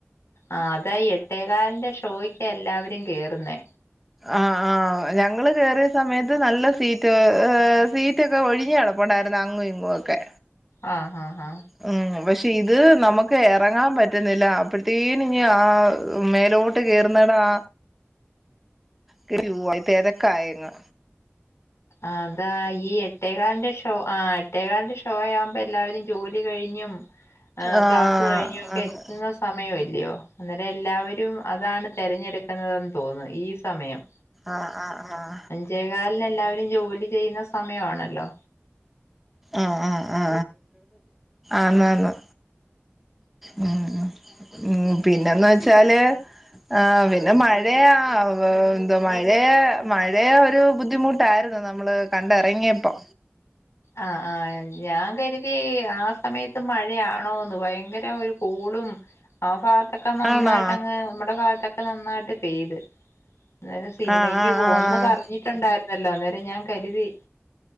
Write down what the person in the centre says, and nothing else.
ആ ആ ആഹ് ഞങ്ങള് കേറിയ സമയതു നല്ല സീറ്റ് സീറ്റൊക്കെ ഒഴിഞ്ഞു കിടപ്പുണ്ടായിരുന്നു അങ്ങും ഇങ്ങും ഒക്കെ
ഉം പക്ഷെ ഇത് നമുക്ക് എറങ്ങാൻ പറ്റുന്നില്ല അപ്പത്തേനും ഞ് ആ മേലോട്ട് കേറുന്നിടം ആ ക്യുയായ് തെരക്കായങ്ങ്
ആഹ്
ആഹ്
ആഹ്ആഹ്ആഹ്
ആ ആ ആ ആന്നാന്ന് ഉം ഉം പിന്നെന്ന് വെച്ചാല് ആ പിന്നെ മഴയാ എന്തോ മഴയാ മഴയാ ഒരു ബുദ്ധിമുട്ടായിരുന്നു നമ്മള് കണ്ടിറങ്ങിയപ്പോ
ആണോ
ആഹ് ആഹ്
ആഹ്